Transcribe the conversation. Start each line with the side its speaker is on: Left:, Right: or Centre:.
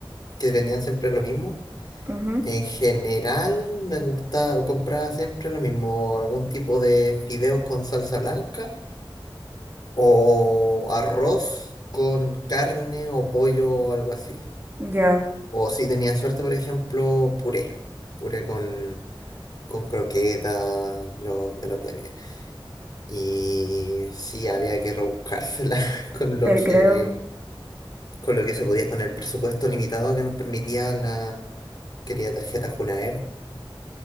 Left: que vendían siempre lo mismo.
Right: ujú,
Left: En general me gustaba, compraba siempre lo mismo, algún tipo de fideos con salsa blanca o arroz con carne o pollo o algo así.
Right: Ya.
Left: O si tenía suerte, por ejemplo, puré. Puré con con croquetas lo, de lo que había. Y sí, había que rebuscársela <laughs> con lo
Right: Te
Left: que,
Right: creo.
Left: con lo que se podía, con el presupuesto limitado que nos permitía la querida tarjeta Junaed.